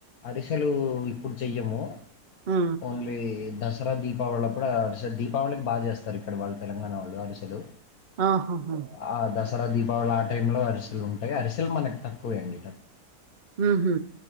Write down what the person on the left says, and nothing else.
అరిసెలు ఇప్పుడు చెయ్యము.
ఓన్లీ దసరా దీపావళి అప్పుడు అరిసెలు దీపావళికి బాగా జేస్తారు ఇక్కడ వాళ్ళు తెలంగాణ వాళ్ళు అరిసెలు.
ఆ దసరా దీపావళి ఆ టైంలో అరిసెలు ఉంటాయి అరిసెలు మనకు తక్కువే అండి